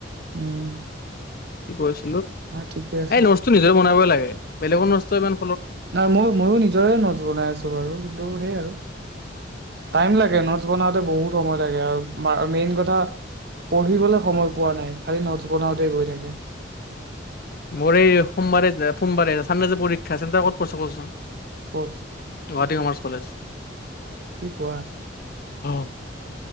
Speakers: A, on the right; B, on the left.
A: উম।
B: কি কৰিছ
A: অ ঠিকে আছে
B: এই নচটো নিজৰে বনাবই লাগে বেলেগৰ ন' মান
A: নাই, মই ময়ো নিজৰে নজ বনাই আছো বাৰু কিন্তু সেই আৰু টাইম লাগে নোটছ বনাওঁতে বহুত সময় লাগে আৰু মেইন কথা পঢ়িবলে সময় পোৱা নাই খালি নোটছ বনাওঁতে গৈ থাকে।
B: মোৰ এই সোমবাৰে য সোমবাৰে চানডে যে পৰীক্ষা চেণ্টাৰ ক'ত পৰছে কচোন?
A: ক'ত
B: গুৱাহাটী কমাৰ্চ কলেজ
A: কি কোৱা?
B: অ।